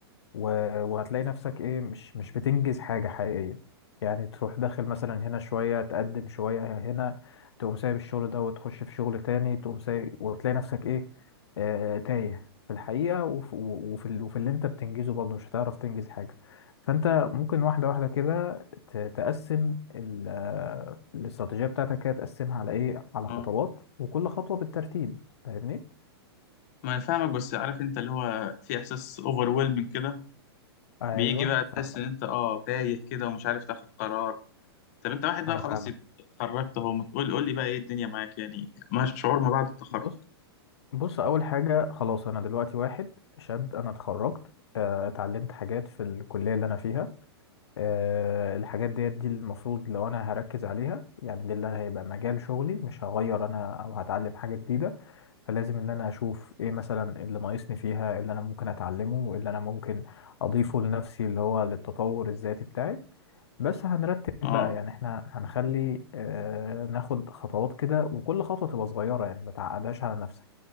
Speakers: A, on the left; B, on the left.
A: و- وهتلاقي نفسك ايه مش مش بتنجز حاجة حقيقية يعني تروح داخل مثلا هنا شوية تقدم شوية هنا تقوم سايب الشغل ده وتخش في شغل تاني تقوم سايب وتلاقي نفسك ايه آه تايه في الحقيقة وفي, وفي, ال- وفي اللي انت بتنجزه برضه مش هتعرف تنجز حاجة فانت ممكن واحدة واحدة كده ت- تقسم ال- آه، الاستراتيجية بتاعتك كده تقسمها على ايه على
B: آه،
A: خطوات وكل خطوة بالترتيب فاهمني؟
B: ما أنا فاهمك بس عارف أنت اللي هو في إحساس أوفرويلمنج كده
A: ايوه
B: بيجي بقى
A: فاهمك
B: تحس إن أنت أه تايه كده ومش عارف تاخد قرار طب أنت واحد بقى
A: انا
B: خلاص
A: فاهمك
B: اتخرجت أهو ما تقول قول لي بقى إيه الدنيا معاك يعني ما شعور ما بعد التخرج
A: بص بص اول حاجه خلاص انا دلوقتي واحد شاب انا اتخرجت آه، اتعلمت حاجات في الكليه اللي انا فيها آه، الحاجات ديت دي المفروض لو انا هركز عليها يعني دي اللي هيبقى مجال شغلي مش هغير انا او هتعلم حاجه جديده فلازم ان انا اشوف ايه مثلا اللي ناقصني فيها اللي انا ممكن اتعلمه اللي انا ممكن اضيفه لنفسي اللي هو للتطور الذاتي بتاعي بس هنرتب
B: أه
A: بقى يعني احنا هنخلي آه، ناخد خطوات كده وكل خطوه تبقى صغيره يعني ما تعقدهاش على نفسك